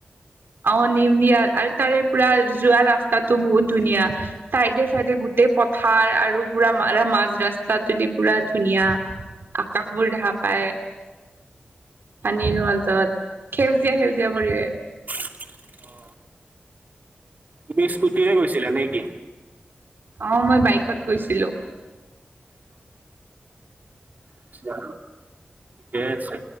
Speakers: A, on the right; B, on the right.
A: অ' নিউনিয়াৰ আৰু তাৰে পুৰা যোৱা ৰাস্তাতো বহুত ধুনীয়া। চাইডে চাইডে গোটেই পথাৰ আৰু পুৰা মাজ ৰাস্তা তদি পুৰা ধুনীয়া। আকাশবোৰ দেখা পায়। পানী ৰোৱাল জলত সেউজীয়া সেউজীয়া পৰিৱেশ।
B: অ', অ'তুমি স্কুটিৰে গৈছিলা নেকি?
A: অ' মই বাইকত গৈছিলোঁ।
B: আছা ঠিকেই আছে।